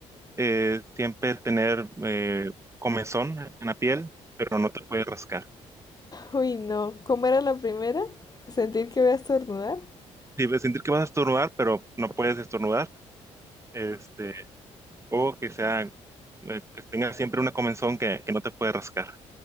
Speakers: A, on the right; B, on the left.
A: eh, siempre tener eh, comezón en la piel, pero no te puedes rascar.
B: Uy, no. ¿Cómo era la primera? ¿Sentir que voy a estornudar?
A: Sí, sentir que vas a estornudar, pero no puedes estornudar. Este, O que sea, eh, que tenga siempre una comenzón que, que no te puede rascar.